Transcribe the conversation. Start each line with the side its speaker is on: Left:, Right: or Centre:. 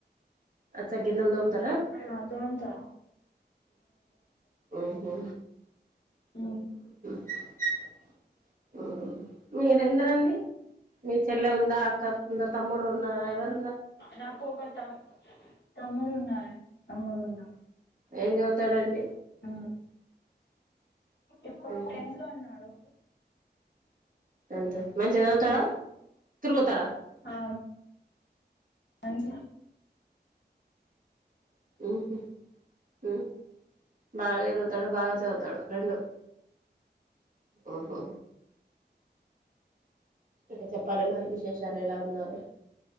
Right: అచ గిన్నెల్ తొమ్తరా
Left: ఆ తోముతా
Right: ఉహు
Left: ఉ
Right: <inaudible> మీరెందరండి మీ చెల్లె ఉందా అక్క ఉందా తమ్ముడు ఉన్నార ఎవర్
Left: నాకు ఒక తమ్ తమ్ముడు ఉన్నాాల తమ్ముడు ఉన్నా
Right: ఏం చదువుతాడండి
Left: ఆ ఇప్పుడు
Right: మ్మ్
Left: టెన్త్ లో ఉన్నాడు
Right: అంతే మంచిగా చదువుతాడా
Left: మ్
Right: తిరుగుతాడా
Left: ఆ అంజి
Right: ఉహు ఉ బాగా తిరుగుతాడు బాగా చదువుతాడు రెండు ఉహూ ఇక చెప్పాలే మరి విశేషాలు ఎలా ఉన్నారు